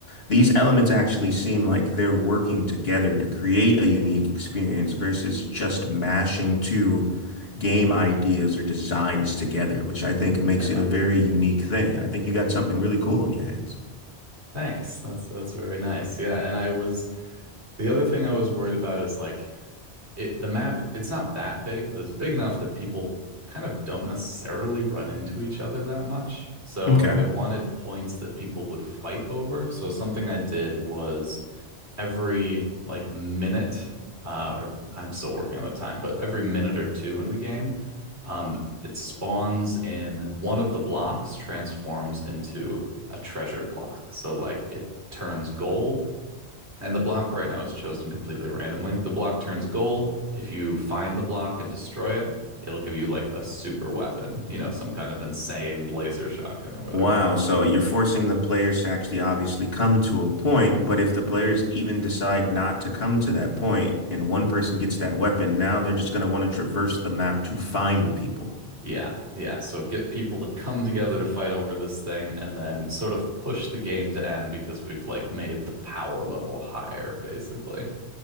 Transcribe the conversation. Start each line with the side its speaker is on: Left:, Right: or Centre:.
Left: these elements actually seem like they're working together to create a unique experience versus just mashing two game ideas or designs together, which I think makes
Right: Yeah.
Left: it a very unique thing. I think you got something really cool on your hands.
Right: Thanks. That's that's very nice. Yeah, and I was the other thing I was worried about is like it the map it's not that big, but it's big enough that people kind of don't necessarily run into each other that much. So
Left: Okay.
Right: I wanted points that people would fight over. So something I did was every like minute, uh, or I'm still working on the time, but every minute or two in the game, um, it spawns in one of the blocks transforms into a treasure block. So like it turns gold and the block right now is chosen completely randomly. The block turns gold. If you find the block and destroy it, it'll give you like a super weapon, you know, some kind of insane laser shotgun or whatever.
Left: Wow, so you're forcing the players to actually obviously come to a point, but if the players even decide not to come to that point and one person gets that weapon, now they're just going to want to traverse the map to find people.
Right: Yeah, yeah. So get people to come together to fight over this thing and then sort of push the game to end because we've like made the power level higher, basically.